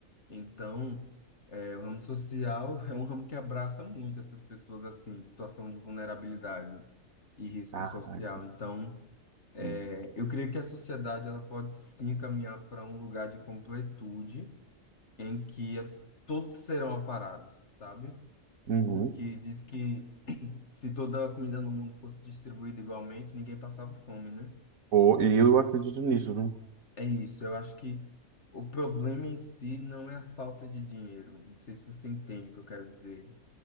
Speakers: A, on the left; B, on the right.
A: Então, é, o ramo social <laughs> é um ramo que abraça muito essas pessoas assim, em situação de vulnerabilidade e risco
B: Caraca.
A: social. Então, é,
B: Hum.
A: eu creio que a sociedade ela pode sim caminhar para um lugar de completude em que as, todos serão aparados, sabe?
B: Uhum.
A: Porque diz que se toda a comida no mundo fosse distribuída igualmente, ninguém passava fome, né?
B: Ou, e eu acredito nisso, né?
A: É isso. Eu acho que o problema em si não é a falta de dinheiro. Não sei se você entende o que eu quero dizer,